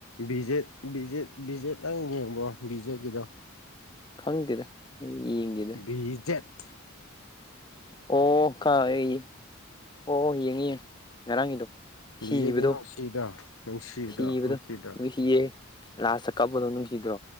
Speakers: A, on the left; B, on the left.
A: ꯕꯤ ꯖꯦꯠ ꯕꯤꯖꯦꯠ ꯕꯤꯖꯦꯠ ꯅꯪ ꯌꯦꯡꯕ꯭ꯔꯣ ꯕꯤ ꯖꯦꯠꯀꯤꯗꯣ
B: ꯈꯪꯗꯦꯗ ꯑꯩ ꯌꯦꯡꯗꯦꯗ
A: ꯕꯤꯖꯦꯠ
B: ꯑꯣ ꯀ ꯑꯩ ꯑꯣ ꯌꯦꯡꯉꯤ ꯌꯦꯡꯉꯤ ꯉꯔꯥꯡꯒꯤꯗꯣ ꯁꯤꯕꯗꯣ
A: ꯕꯤꯖꯦꯠꯇꯣ ꯅꯨꯡꯁꯤꯗ꯭ꯔꯣ ꯅꯨꯡꯁꯤꯕꯗꯣ
B: ꯁꯤꯕꯗꯣ
A: ꯅꯨꯡꯁꯤꯗ꯭ꯔꯣ
B: ꯅꯨꯡꯁꯤꯌꯦ ꯫ ꯂꯥꯁꯇ ꯀꯞꯄꯥꯗꯣ ꯅꯨꯡꯁꯤꯗ꯭ꯔꯣ